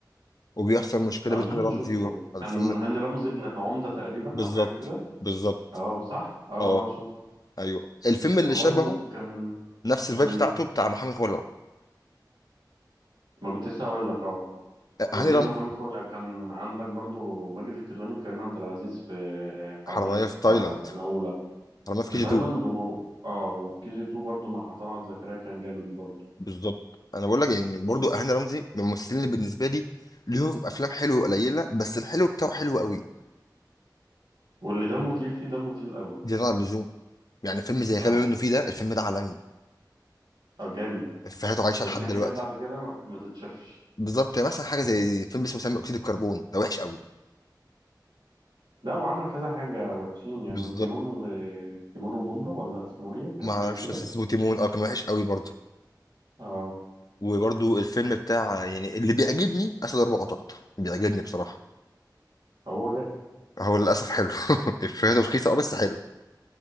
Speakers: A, on the left; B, on the right.
A: وبيحصل مشكلة
B: اظن
A: بين هاني رمزي
B: شفته
A: والفيلم
B: كان هاني رمزي ابن العمدة تقريبا
A: بالظبط
B: او حاجة كده
A: بالظبط
B: اه صح اه
A: اه
B: اه شفته
A: ايوه الفيلم
B: وبرضو
A: اللي شبهه
B: كان
A: نفس الفايب
B: مم.
A: بتاعته بتاع محامي خلع
B: ما كنت لسه هقول لك اه وغير
A: هاني رمزي
B: محامي خلع كان عندك برضو ماجد الكدواني وكريم عبد العزيز في حرامية
A: حراميه
B: في
A: في تايلاند
B: في سنة أولى
A: حراميه في كي
B: في تايلاند
A: جي 2
B: و... اه وفي كي جي 2 برضو مع طلعت زكريا كان جامد برضو
A: بالظبط انا بقول لك يعني برضو هاني رمزي من الممثلين اللي بالنسبه لي ليهم افلام حلوه قليله بس الحلو بتاعه حلو قوي
B: واللي دمه تقيل فيه دمه تقيل قوي
A: زياده عن اللزوم يعني فيلم زي غبي
B: اه
A: منه فيه ده الفيلم ده عالمي
B: اه جامد
A: افيهاته عايشه
B: بس
A: لحد
B: في
A: دلوقتي
B: حاجات بعد كده ما ما تتشافش
A: بالظبط يعني مثلا حاجه زي فيلم اسمه ثاني اكسيد الكربون ده وحش قوي
B: لا وعمل كذا حاجة وحشين يعني
A: بالظبط
B: وتيمون و... تيمون وبومبا ولا اسمه ايه كان
A: ما اعرفش
B: حاجة كده
A: بس اسمه تيمون اه كان وحش قوي برضه
B: اه
A: وبرضه الفيلم بتاع يعني اللي بيعجبني اسد اربع قطط بيعجبني بصراحه
B: هو جاي
A: هو للاسف حلو <laughs> افيهاته رخيصه اه بس حلو